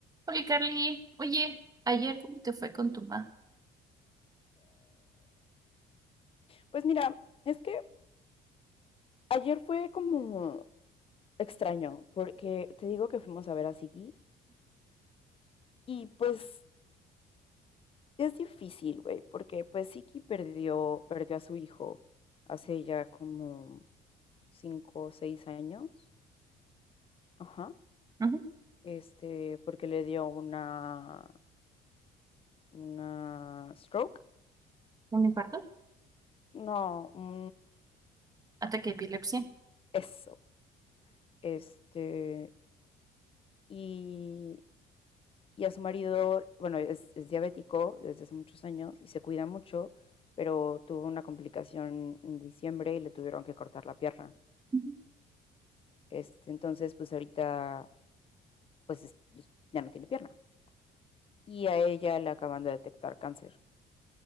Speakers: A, on the right; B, on the left.
A: Oye, Carly, oye, ayer cómo te fue con tu mamá?
B: Pues mira, es que ayer fue como extraño, porque te digo que fuimos a ver a Siki y pues es difícil, güey, porque pues Siki perdió, perdió a su hijo hace ya como cinco o seis años, ajá,
A: Ujú,
B: este, porque le dio una, una stroke,
A: ¿Un infarto?
B: no, un,
A: Ataque de epilepsia.
B: eso, este, y Y a su marido, bueno, es, es diabético desde hace muchos años y se cuida mucho, pero tuvo una complicación en diciembre y le tuvieron que cortar la pierna.
A: Ujú,
B: Este, entonces, pues ahorita, pues es- es- ya no tiene pierna. Y a ella le acaban de detectar cáncer.